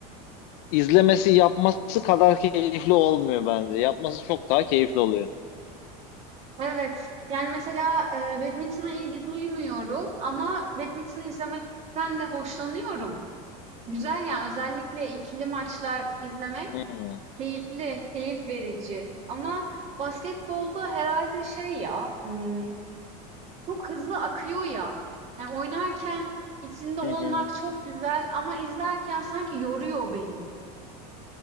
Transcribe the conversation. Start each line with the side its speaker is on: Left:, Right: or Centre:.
Left: izlemesi yapması kadar keyifli olmuyor bence. Yapması çok daha keyifli oluyor.
Right: Evet. Yani mesela, eee, badminton'a ilgi duymuyorum ama badminton'u izlemekten de hoşlanıyorum. Güzel yani özellikle ikili maçlar izlemek
Left: Hmm.
Right: keyifli, keyif verici. Ama basketbolda herhalde şey ya, ımm, çok hızlı akıyor ya. Yani oynarken içinde olmak
Left: Hı hı.
Right: çok güzel ama izlerken sanki yoruyor beni.